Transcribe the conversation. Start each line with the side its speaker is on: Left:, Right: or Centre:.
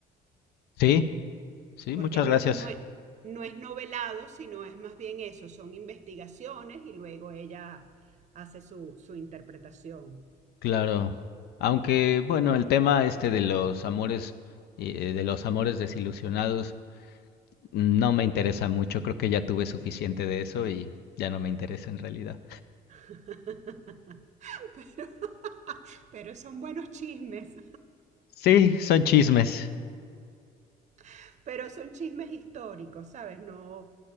Left: Sí, sí,
Right: porque
Left: muchas
Right: no
Left: gracias.
Right: es, no es, no es novelado, sino es más bien eso, son investigaciones y luego ella hace su, su interpretación.
Left: Claro. Aunque, bueno, el tema este de los amores, eh, eh, de los amores desilusionados, no me interesa mucho. Creo que ya tuve suficiente de eso y ya no me interesa en realidad.
Right: <laughs> pero, <laughs> pero son buenos chismes,
Left: Sí, son chismes.
Right: <laughs> pero son chismes históricos, ¿sabes? No,